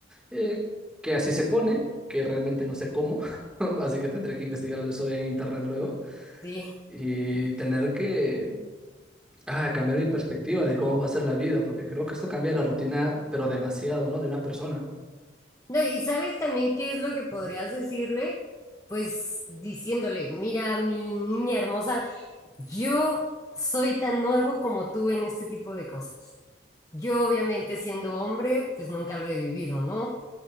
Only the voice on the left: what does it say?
¿sí?
No, y sabes también qué es lo que podrías decirle, pues diciéndole, mira, mi niña hermosa, yo soy tan nuevo como tú en este tipo de cosas. Yo obviamente siendo hombre, pues nunca lo he vivido, ¿no?